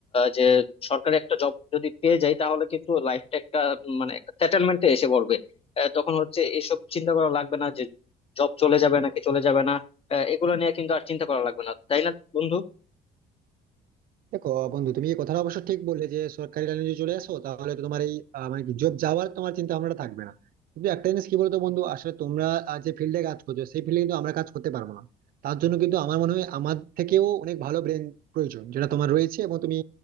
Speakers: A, on the left (about 35°); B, on the right (about 60°).
A: যে সরকারি একটা জব যদি পেয়ে যাই তাহলে কিন্তু লাইফটা একটা উম, মানে একটা সেটেলমেন্টে এসে পড়বে আহ, তখন হচ্ছে এসব চিন্তা করা লাগবে না যে জব চলে যাবে নাকি চলে যাবে না আহ, এগুলো নিয়ে কিন্তু আর চিন্তা করা লাগবে না তাই না বন্ধু
B: দেখো বন্ধু তুমি এই কথাটা অবশ্য ঠিক বললে যে সরকারি লাইনে যদি চলে আসো তাহলে তো তোমার এই আহ, মানে কি জব যাওয়ার তোমার চিন্তা ভাবনাটা থাকবে না কিন্তু একটা জিনিস কি বলতো বন্ধু আসলে তোমরা আহ, যে ফিল্ডে কাজ করছো সেই ফিল্ডে কিন্তু আমরা কাজ করতে পারবো না তার জন্য কিন্তু আমার মনে হয় আমার থেকেও অনেক ভালো ব্রেন প্রয়োজন যেটা তোমার রয়েছে এবং তুমি